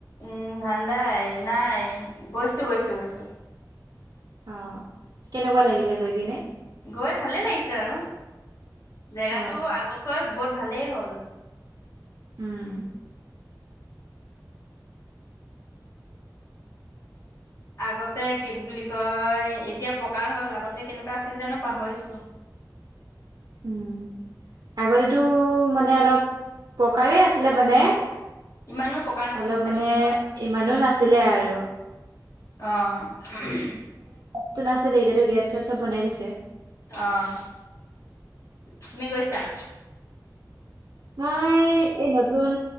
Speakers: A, on the left; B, on the right.
A: উম ভাণ্ডাই নাই গৈছো গৈছো গৈছো।
B: অ কেনেকোৱা লাগিলে গৈ কিনে
A: গৈ ভালে লাগিছে আৰু জেগাতো
B: অ
A: আগতকৈ বহুত ভালেই হ'ল।
B: উম
A: আগতে কি বুলি কয় এতিয়া পকাৰ হ'ল আগতে কেনেকোৱা আছিল জানো পাহৰিছো।
B: উম আগতেতো মানে অলপ পকাৰেই আছিলে মানে
A: ইমানো পকা নাছিল
B: অলপ
A: চাগে
B: মানে
A: অ
B: ইমানো নাছিলে আৰু
A: অহ ওমহ
B: টো নাছিলে এতিয়াতো গেত চেত চব বনাই দিছে
A: অহ তুমি গৈছা
B: মই এই নতুন